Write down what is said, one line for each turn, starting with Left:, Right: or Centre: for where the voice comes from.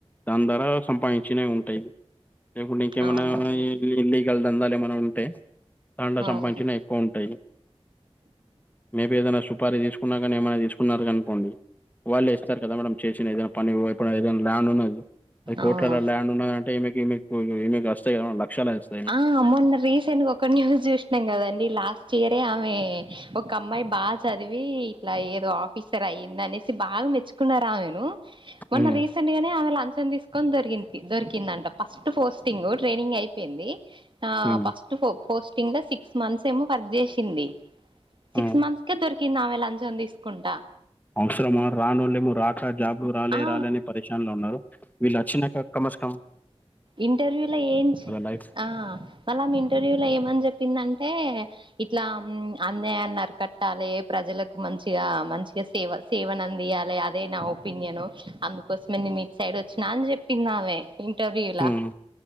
Left: దాని ద్వారా సంపాదించినవి ఉంటాయి లేకుంటే ఇంకేమన్న
Right: అవునవును
Left: కావలే ఇల్లీగల్ దందాలు ఏమన్న ఉంటే దాంట్లో
Right: అవును
Left: సంపాదించినయి ఉంటాయి మేబిఏదైనా సుపారి తీసుకున్నా కానీ ఏమన్న తీసుకున్నారు కనీ కొన్ని వాళ్ళు ఇస్తారు కదా మనం చేసిన ఏదైనా పని ఇప్పుడు ఏదైనా ల్యాండ్ ఉన్న అది కోట్ల
Right: అవును
Left: ల ల్యాండ్ ఉన్నాదంటే ఇమేకి ఇమెకి వస్తాయి కద లక్షాలస్తాయి
Right: ఆ మొన్న రీసెంట్ ఒక న్యూస్ చూసినాం కదండి లాస్ట్ ఇయరే ఆమె ఒక అమ్మాయి బాగా చదివి ఇట్లా ఏదో ఆఫ్ పిసర్అయిందిఅనేసిబాగా మెచ్చుకున్నారు ఆమెనుమొన్న
Left: ఉమ్
Right: రీసెంట్ రీసెంట్ గానే ఆమె లంచం తీసుకొని దొరికింది దొరికిందంట ఫస్ట్ పోస్టింగ్ ట్రైనింగ్ అయిపోయింది ఆ
Left: ఉమ్
Right: ఫస్ట్ పోస్టింగ్ లో సిక్స్ మంత్స్ ఏమో వర్క్ చేసింది సిక్స్
Left: ఆ
Right: మంత్స్ కానీ దొరికింది ఆమె లంచం తీసుకుంటా
Left: అవసరమా రానోళ్ళేమో రాక జాబ్లు రాలే
Right: ఆ
Left: రాలే పరిషానలో ఉన్నారు వీళ్ళు వచ్చినాక కమస్కమ్
Right: ఇంటర్వ్యూ లో ఏం చే
Left: లైఫ్
Right: ఆ మళ్ళామె ఇంటర్వ్యూ లో ఏమని చెప్పిందంటే ఇట్లా అన్యాయాన్ని అరికట్టాలి ప్రజలకు మంచిగా మంచిగా సేవ సేవనందియాలి అదే నా ఒపీనియను అందుకోసమే నేను ఇట్ సైడ్ వచ్చిన అని చెప్పిందామే ఇంటర్వ్యూలా
Left: ఉమ్